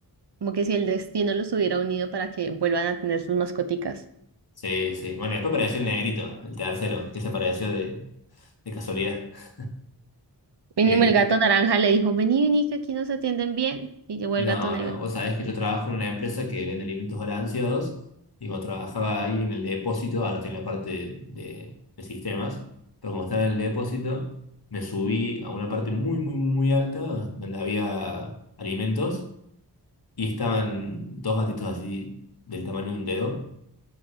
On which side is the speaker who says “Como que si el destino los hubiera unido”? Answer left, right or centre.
Right